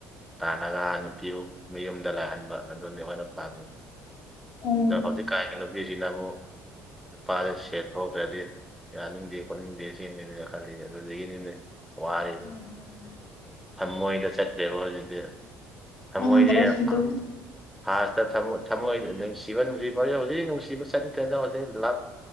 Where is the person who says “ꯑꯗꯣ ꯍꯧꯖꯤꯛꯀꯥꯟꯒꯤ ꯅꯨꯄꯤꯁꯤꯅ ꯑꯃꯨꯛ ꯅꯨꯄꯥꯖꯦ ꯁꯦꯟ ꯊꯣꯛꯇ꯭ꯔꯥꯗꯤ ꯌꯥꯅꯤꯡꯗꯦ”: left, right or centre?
Centre